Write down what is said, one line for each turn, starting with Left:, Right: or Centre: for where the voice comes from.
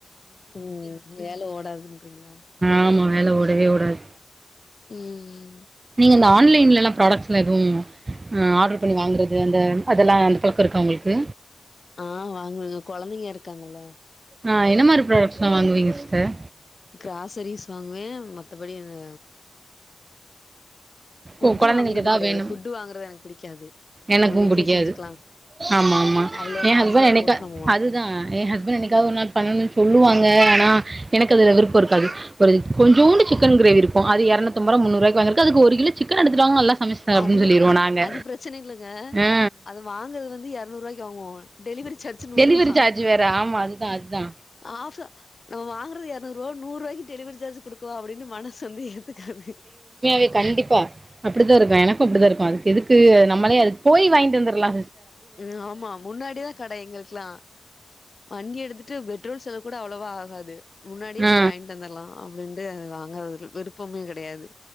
Left: ம் வேல ஓடாதுன்றீங்களா டீ குடிக்கல
Right: ஆமா வேலை ஓடவே ஓடாது
Left: ம் ம்
Right: நீங்க இந்த ஆன்லைன்லல்லா ப்ராடெக்ட்ஸ்ல்லா எதுவு ஆ ஆர்டர் பண்ணி வாங்கறது அந்த அதெல்லா அந்த பழோக்க இருக்கா உங்களுக்கு
Left: ஆ வாங்வேங்க கொழந்தைங்க இருக்காங்கல்ல
Right: ஆ என்ன மாரி ப்ராடக்ட்ஸ்லா வாங்குவீங்க சிஸ்டர்
Left: கிராசரிஸ் வாங்குவே மத்தபடி அந்த ஃபுட்டு
Right: ஓ கொழந்தைங்களுக்கு
Left: வாங்குனது
Right: எதாவது
Left: கெடையாது
Right: வேணு
Left: ஃபுட்டு வாங்குறது எனக்கு பிடிக்காது
Right: எனக்கு
Left: நம்ம வீட்லயே
Right: புடிக்காது
Left: செஞ்சுக்கலா
Right: ஆமாமா
Left: அவ்ளோ
Right: எ
Left: காஸ்ட்லியா
Right: ஹஸ்பண்ட் என்னைக்கா
Left: போட்டு நம்ம வாங்
Right: அதுதா எ ஹஸ்பண்ட் என்னைக் கா ஒரு நாள் பண்ணணுன் சொல்லுவாங்க ஆனா எனக்கு அதுல விருப்போ இருக்கது கொஞ்சோண்டு சிக்கன் கிரேவி இருக்கு அது இரநூத்து அம்பதுரூவா முன்னூறு ருவாய்க்கி வாங்கறதுக்கு அது ஒரு கிலோ சிக்கன் எடுத்துட்டு வாங்க நல்லா சமைச்சு தரே
Left: அதுவே
Right: அப்டின் சொல்லிருவோ நாங்க
Left: அது பிரச்சனை இல்லங்க
Right: ஆ
Left: அத வாங்கறது வந்து இரநூறு ரூவாய்க் குவோ டெலிவரி சார்ஜ் நூறு
Right: டெலிவரி
Left: ரூபா
Right: சார்ஜ் வேற ஆமா அதுதா அதுதா
Left: ஆச நம்ம வாங்கறது இரநூறுவா நூறு ரூபாய்கி டெலிவரி சார்ஜ் குடுக்குவோ அப்படின்னு மன சு வந்து ஏத்துக்காது
Right: எ கண்டிப்பா அப்படித்தா இருக்கு எனக்கு அப்படிதா இருக்கு அதுக்கு எதுக்கு நம்மளே அது போய் வாய்யிண்டு வந்தர்லா
Left: ம் ஆமா முன்னாடிதா கடை எங்களுக்கெல்லா வண்டி எடுத்துட்டு பெட்ரோல் செலவு கூட அவ்ளோவா ஆகாது முன்னாடியே
Right: ஆ
Left: போய் வாங்கிட்டு வந்தர்லா அப்டின்ட்டு அது வாங்கறதுல விருப்பமே கெடையாது